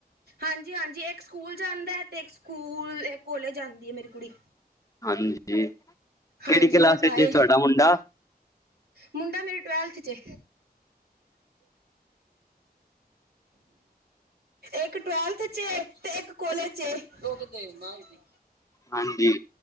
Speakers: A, on the right (about 75°); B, on the left (about 20°).
A: ਹਾਂਜੀ-ਹਾਂਜੀ ਇੱਕ ਸਕੂਲ ਜਾਂਦਾ ਤੇ ਇੱਕ ਸਕੂਲ ਇੱਕ ਕੋਲੇਜ ਜਾਂਦੀ ਏ ਮੇਰੀ ਕੁੜੀ।
B: ਹਾਂਜੀ ਕਿਹੜੀ
A: ਹਾਂਜੀ
B: ਕਲਾਸ
A: ਉਹ ਤਾਂ
B: ਚ
A: ਏ
B: ਤੁਹਾਡਾ ਮੁੰਡਾ।
A: ਮੁੰਡਾ ਮੇਰੀ ਟਵੈਲਥ ਚ ਏ।
B: <inaudible> <inaudible>
A: ਇੱਕ ਟਵੈਲਥ ਚ ਏ ਤੇ ਇੱਕ ਕਾੱਲੇਜ ਚ ਏ।
B: ਹਾਂਜੀ।